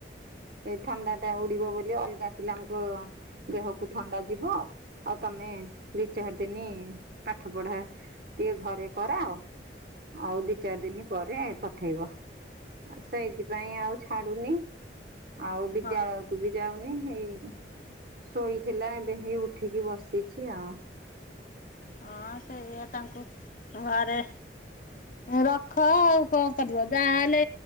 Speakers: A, on the right; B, on the left.
A: ଏଇ ଥଣ୍ଡା ଟା ଉଡିବ ବୋଲି ଅଲଗା ପିଲାଙ୍କ ଦେହକୁ ଥଣ୍ଡା ଯିବ ଆଉ ତମେ ଦି ଚାରି ଦିନି ପାଠ ପଢା ଟିକେ ଘରେ କରାଅ ଆଉ ଦି ଚାରି ଦିନ ପରେ ପଠେଇବ ସେଇଥିପାଇଁ ଆଉ ଛାଡୁନି ଆଉ ବିଦ୍ୟାଳୟକୁ
B: ହଁ
A: ବି ଯାଉନି ଏଇ ଶୋଇଥିଲା ଏବେ ହେଇ ଉଠିକି ବସିଛି ଆଉ
B: ହଁ ସେଇଆ ତାଙ୍କୁ ଘରେ ରଖ ଆଉ କଣ କରିବ ଯାହାହେଲେ